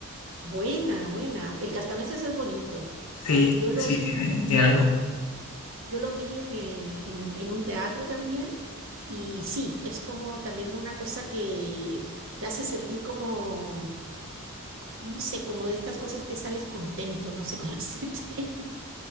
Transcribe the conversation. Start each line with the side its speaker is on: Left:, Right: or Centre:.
Right: buena, buena. El cascanueces es bonito.
Left: Sí,
Right: Yo lo
Left: sí, tiene,
Right: vi,
Left: tiene algo.
Right: yo lo vi en el, en un, en un teatro también y sí, es como también una cosa que te hace sentir como, no sé, como de estas cosas que sales contento, no sé cómo decirte.